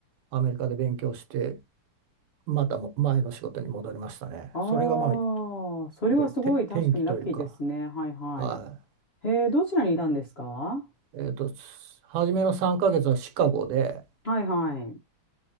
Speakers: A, on the right; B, on the left.
A: アメリカで勉強して、またも前の仕事に戻りましたね。
B: ああ、
A: それが、まあ、
B: それはすごい確かにラッキーですね。
A: とて転機というか、
B: はいはい。
A: はい。
B: へえ、どちらにいたんですか
A: えーと、初めの3ヶ月はシカゴで、
B: はいはい。